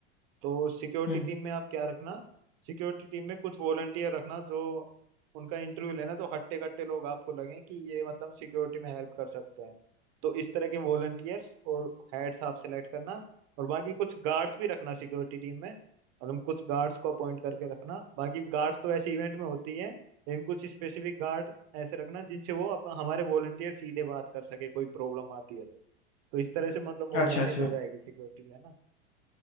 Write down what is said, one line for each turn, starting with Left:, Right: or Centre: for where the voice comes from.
Right: तो सिक्योरिटी
Left: हम्म
Right: टीम में आप क्या रखना सिक्योरिटी टीम में कुछ वॉलंटियर रखना जो उनका इंटरव्यू लेना तो हट्टे कट्टे लोग आपको लगे कि ये मतलब सिक्योरिटी में हेल्प कर सकते हैं तो इस तरह के वॉलंटियर्स और हेड्स आप सेलेक्ट करना और बाकी कुछ गार्ड्स भी रखना सिक्योरिटी टीम में मतलब कुछ गार्ड्स को अपॉइंट करके रखना बाकी गार्ड्स तो ऐसे इवेंट में होती है लेकिन कुछ स्पेसिफिक गार्ड ऐसे रखना जिनसे वो अपन हमारे वॉलंटियर सीधे बात कर सके कोई प्रॉब्लम आती है तो तो इस तरह से मतलब वो
Left: अच्छा
Right: मैनेज
Left: अच्छा
Right: हो जाएगी सिक्योरिटी है ना